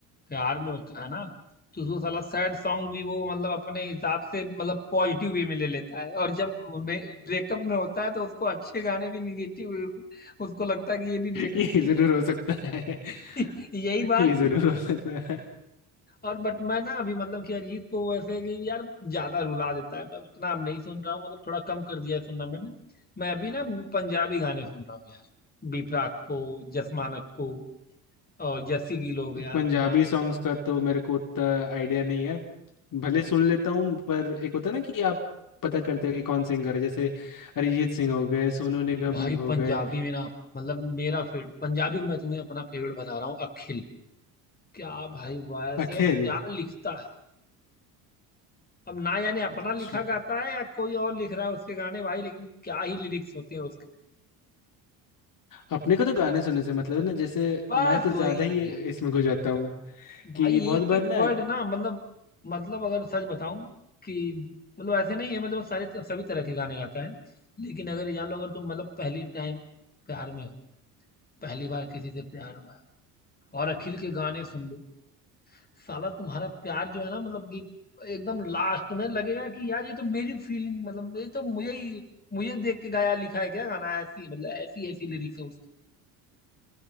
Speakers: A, on the left; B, on the left.
A: प्यार में होता है ना तो उसको साला सैड सॉन्ग भी वो मतलब अपने हिसाब से मतलब पॉजिटिव वे में ले लेता है और जब ब्रेकअप में होता है तो उसको अच्छे गाने भी निगेटिव वे में उसको लगता है कि ये भी ब्रेकअप
B: ये
A: के
B: जरूर
A: लिए
B: हो सकता है
A: है। <laughs> यही
B: <laughs>
A: बात
B: ये
A: है।
B: जरूर हो सकता है
A: और बट मैं ना अभी मतलब कि अरिजीत को वैसे कि यार ज्यादा रुला देता है मैं उतना अब नहीं सुन रहा हूँ मतलब थोड़ा कम कर दिया है सुनना मैंने मैं अभी ना पंजाबी गाने सुन रहा हूँ यार बी प्राक को जस मानक को और जस्सी गिल हो गया
B: पंजाबी
A: अपना
B: सॉन्ग्स का तो मेरे को उतना आइडिया नहीं है भले सुन लेता हूँ पर एक होता है ना कि आप पता करते हो कि कौन सिंगर है जैसे अरिजीत सिंह हो गए सोनू निगम
A: भाई
B: हो
A: पंजाबी
B: गए
A: में ना मतलब मेरा फेवरेट पंजाबी में मैं तुम्हें अपना फेवरेट बता रहा हूँ अखिल क्या भाई वॉयस
B: अखिल
A: है और क्या लिखता है अब ना जाने अपना
B: अच्छा
A: लिखा गाता है या कोई और लिख रहा है उसके गाने भाई लेकिन क्या ही लिरिक्स होते हैं उसके
B: अपने को तो गाने सुनने से मतलब है ना जैसे
A: बस
B: मैं कुछ ज्यादा
A: वही
B: ही
A: यार
B: इसमें घुस जाता हूँ
A: भाई
B: कि बहुत
A: एक
B: बार
A: एक
B: ना
A: वर्ड ना मतलब मतलब अगर सच बताऊं कि मतलब ऐसे नहीं है मतलब वो सारे सभी तरह के गाने गाता है लेकिन अगर ये जान लो अगर तुम मतलब पहली टाइम प्यार में हो पहली बार किसी से प्यार हुआ है और अखिल के गाने सुन लो साला तुम्हारा प्यार जो है ना मतलब कि एकदम लास्ट तुम्हें लगेगा कि यार ये तो मेरी फीलिंग मतलब ये तो मुझे ही मुझे देख के गाया लिखा है क्या गाना ऐसी मतलब ऐसी ऐसी लिरिक्स है उसकी